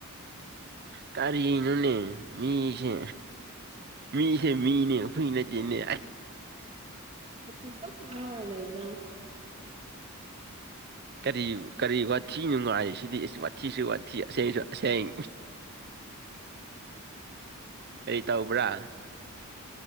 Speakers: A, on the right; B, on the right.
A: ꯀꯔꯤꯅꯣꯅꯦ ꯃꯤꯁꯦ ꯃꯤꯁꯦ ꯃꯤꯅꯦ ꯍꯨꯏ ꯅꯠꯇꯦꯅꯦ
B: ꯋꯥꯇꯤ ꯑꯗꯨꯝ ꯉꯥꯡꯉꯥ ꯂꯩꯕꯔꯥ
A: ꯀꯔꯤ ꯀꯔꯤ ꯋꯥꯊꯤ ꯅꯨꯡꯉꯥꯏ ꯁꯤꯗꯤ ꯏꯁ ꯋꯥꯊꯤꯁꯨ ꯋꯥꯊꯤ ꯑꯁꯦꯡꯁꯨ ꯑꯁꯦꯡ ꯀꯔꯤ ꯇꯧꯕ꯭ꯔꯥ